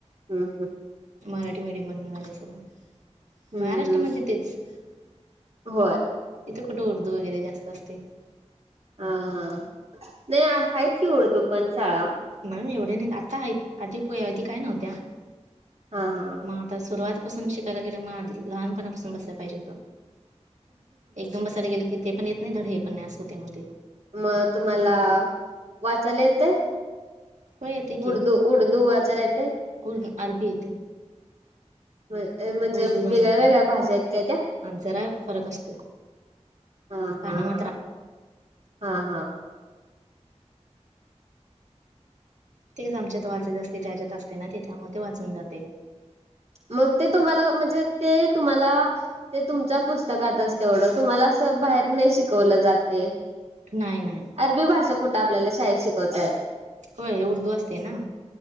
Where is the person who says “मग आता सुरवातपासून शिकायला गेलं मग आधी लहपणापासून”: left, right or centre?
Right